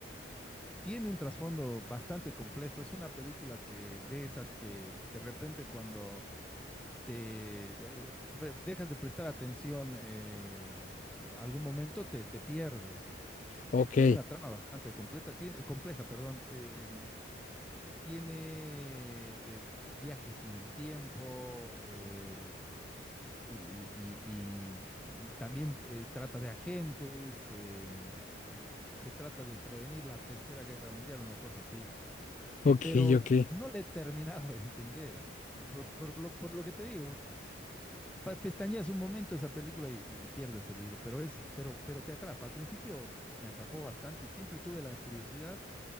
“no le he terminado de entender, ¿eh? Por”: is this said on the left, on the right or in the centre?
Centre